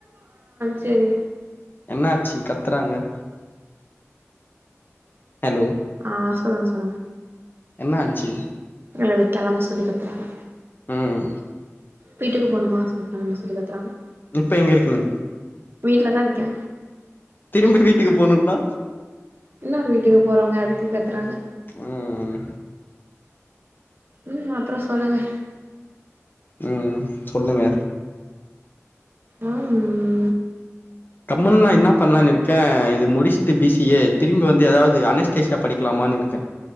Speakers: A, on the right; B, on the left.
A: செரி
B: என்ன ஆச்சி கத்துறாங்க ஹலோ
A: ஆ சொல்லுங்க சொல்லுங்க
B: என்ன ஆச்சி
A: இல்ல இல்ல கெளம்ப சொல்லி கத்துறாங்க
B: உம்
A: வீட்டுக்கு போணுமா சுத்தாம சொல்லி கத்துறாங்க
B: இப்ப எங்க இருக்கீங்க
A: வீட்டுல தா இருக்கே
B: திரும்பி வீட்டுக்கு போணுன்னா
A: இன்னொரு வீட்டுக்கு போறோங்க அதுக்கு கத்துறாங்க
B: உம் உம்
A: உம் அப்றோ சொல்லுங்க
B: உம் ம் சொல்லுங்க
A: உம் உம்
B: கம்முன்னா என்ன பண்ணலான்னு இருக்கே இது முடுஸ்சுட்டு பி சி ஏ திரும்பி வந்து ஏதாது அனெஸ்டேஷியா படிக்கலாமான்னு இருக்கே